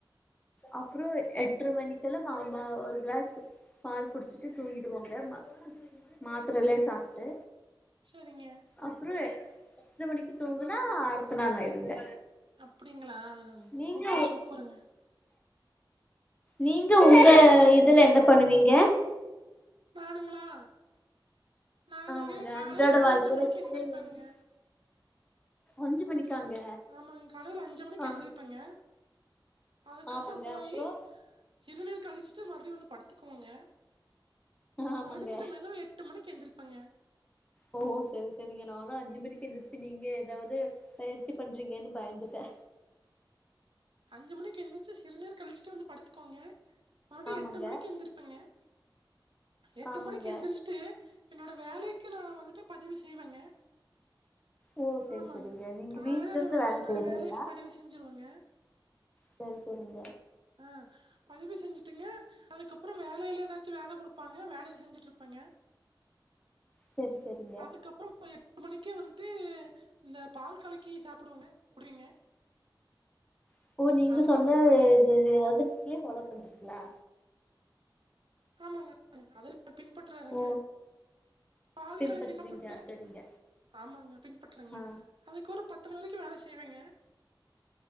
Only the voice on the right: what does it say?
செரிங்க
அப்டிங்களா
சூப்பர் சூப்பருங்க
நானுங்களா நானுங்க
காலைல
அஞ்சு
மணிக்கு
எந்திருப்பேனுங்க
கா ஆமாங் காலையில அஞ்சு மணிக்கு
எந்திருப்பேங்க அதுக்கப்புறோ
போயி
சிறுநீர் கழிச்சுட்டு மறுபடியு வந்து படுத்துக்குவேங்க
படுத்துட்டு மெதுவா எட்டு மணிக்கு எழுந்திரிருப்பேங்க
அஞ்சு மணிக்கு எந்திரிச்சு சிறுநீர் கழிச்சுட்டு வந்து படுத்துக்குவங்க மறுபடியு
எட்டு மணிக்கு எந்திரிப்பேங்க எட்டு
மணிக்கு எந்திரிச்ட்டு என்னோட வேலைக்கு நா வந்துட்டு பதிவு செய்வேங்க
ஆமாங்க
காலைலன்னாவே
என்னோட
வேலைக்கு பதிவு செஞ்சிருவேங்க
ஆ பதிவு செஞ்சுட்டுங்க அதுக்கப்புறோ வேலையில ஏதாச்சு வேல கொடுப்பாங்க வேலைய செஞ்சுட்டு இருப்பேங்க
அதுக்கப்புறோ எட்டு மணிக்கே வந்துட்டு இந்த பால் கலக்கி சாப்டுவங்க குடிங்க
அதுக்கப்புறம்
ஆமாங்க ஆமாங்க அதெல்லா பின்பற்றாருங்க
பால்
கலக்கி சாப்பிட்டு
ஆமாங்க பின்பற்றங்க
அதுக்கு ஒரு பத்து மணி வரிக்கு வேல செய்வேங்க